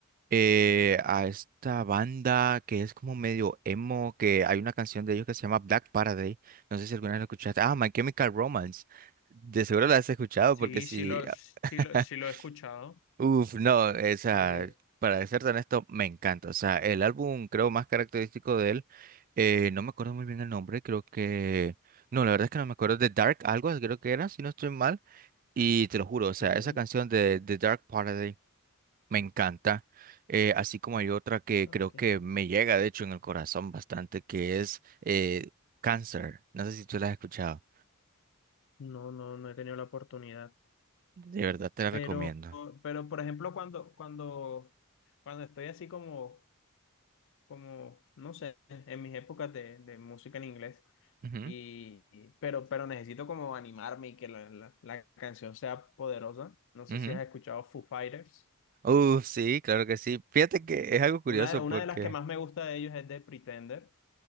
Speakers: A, on the right; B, on the left.
A: eh, a esta banda que es como medio emo, que hay una canción de ellos que se llama Black Paradise. No sé si alguna vez la escuchaste. Ah, My Chemical Romance. De seguro la has escuchado
B: Sí,
A: porque si...
B: sí lo, sí
A: <laughs>
B: lo, sí lo he escuchado.
A: Uf, no, eh, o sea,
B: Eh,
A: para ser honesto, me encanta. O sea, el álbum creo más característico de él, eh, no me acuerdo muy bien el nombre, creo que... No, la verdad es que no me acuerdo de Dark, algo creo que era, si no estoy mal. Y te lo juro, o sea,
B: sí,
A: esa canción de, The Dark Paradise me encanta. eh, así como hay otra que
B: ok.
A: creo que me llega, de hecho, en el corazón bastante, que es eh, Cancer. No sé si tú la has escuchado.
B: No, no, no he tenido la oportunidad.
A: De verdad te la
B: Pero,
A: recomiendo.
B: pero por ejemplo, cuando, cuando, cuando estoy así como, como, no sé, en mis épocas de, de música en inglés,
A: Ujú,
B: Y, pero, pero necesito como animarme y que la, la- la canción sea poderosa. No sé
A: ujú.
B: si has escuchado Foo Fighters.
A: Uh, sí, claro que sí. Fíjate que
B: El-
A: es algo curioso
B: una, de- una
A: porque...
B: de las que más me gusta de ellos es de Pretender.